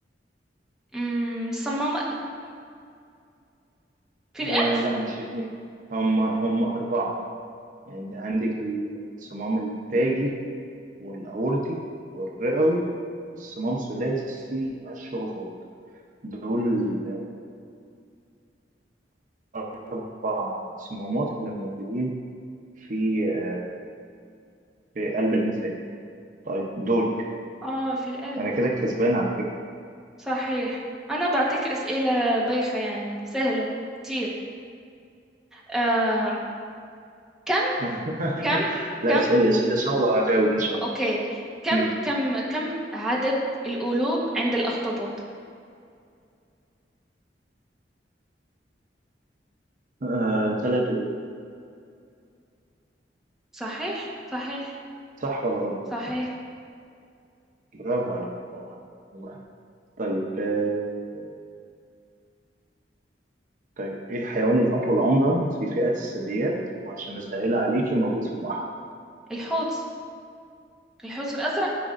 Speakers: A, in the centre; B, on the right.
A: امم صمم في
B: آه،
A: القلب
B: لا مش اتنين هم هم أربعة يعني أنت عندك الصمام التاجي والأورطي والرئوي والصمام ثلاثي الشرفات دول الأربع صمامات اللي موجودين في آه، في قلب الإنسان طيب دورك
A: اه في القلب
B: أنا كده الكسبان على فكرة
A: صحيح انا بعطيك اسئله بايخه يعني سهله كتير آه. كم
B: <laughs>
A: كم
B: لا
A: كم
B: اسألي أسئلة صعبة هجاوب إن شاء
A: اوكي
B: الله
A: كم
B: مم.
A: كم كم عدد القلوب عند الاخطبوط
B: آه، ثلاث قلوب
A: صحيح صحيح
B: صح ولا غلط؟
A: صحيح
B: برافو عليك برافو عليك برافو عليك. طيب آه، طيب إيه الحيوان الأطول عمرا في فئة الثدييات وعشان أسهلها عليكي موجود في البحر
A: الحوت الحوت الازرق